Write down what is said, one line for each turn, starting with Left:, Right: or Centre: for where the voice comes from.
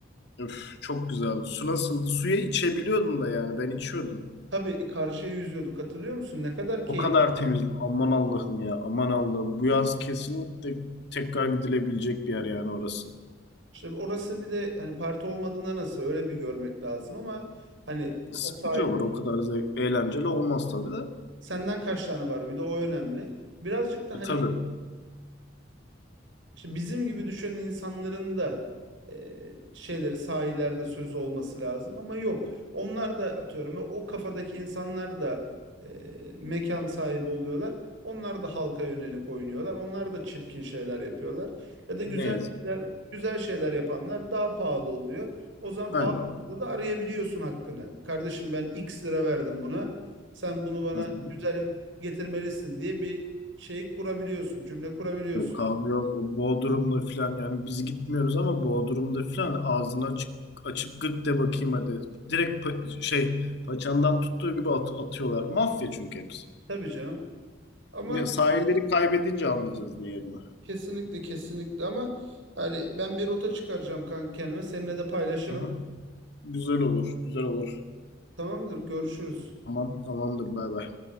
Left: Üf, çok güzeldi. Su nasıldı? Suya içebiliyordum da yani. Ben içiyordum.
Right: Tabii e, karşıya yüzüyorduk hatırlıyor musun? Ne kadar keyif.
Left: O kadar temiz. Aman Allah'ım ya. Aman Allah'ım. Bu yaz kesinlikle tekrar gidilebilecek bir yer yani orası.
Right: İşte orası bir de hani parti olmadığında nasıl öyle bir görmek lazım ama hani
Left: Sıkıcı
Right: o sahil
Left: olur. O kadar zevk, eğlenceli olmaz tabii de.
Right: senden kaç tane var bir de o önemli. Birazcık da
Left: E,
Right: hani
Left: tabii.
Right: işte bizim gibi düşünen insanların da e, şeyleri sahillerde sözü olması lazım ama yok. Onlar da atıyorum o o kafadaki insanlar da e, mekan sahibi oluyorlar. Onlar da halka yönelik oynuyorlar. Onlar da çirkin şeyler yapıyorlar. Ya da güzel
Left: Ne yazık
Right: şeyler,
Left: ki.
Right: güzel şeyler yapanlar daha pahalı oluyor. O zaman
Left: Aynen.
Right: pahalı olduğunda da arayabiliyorsun hakkını. Kardeşim ben X lira verdim buna. Sen bunu bana
Left: Hı hı.
Right: güzel getirmelisin diye bir şey kurabiliyorsun, cümle kurabiliyorsun.
Left: Yok abi yok. O Bodrum'da filan yani biz gitmiyoruz ama Bodrum'da filan ağzını açık açıp gık de bakayım hadi. Direkt pa- şey paçandan tuttuğu gibi at- atıyorlar. Mafya çünkü hepsi.
Right: Tabii canım. Ama
Left: Bir sahilleri kaybedince anlayacağız diğerini.
Right: kesinlikle kesinlikle ama yani ben bir rota çıkaracağım kanka kendime. Seninle de paylaşırım.
Left: Aha. Güzel olur, güzel olur.
Right: Tamamdır, görüşürüz.
Left: Tamam, tamamdır bay bay.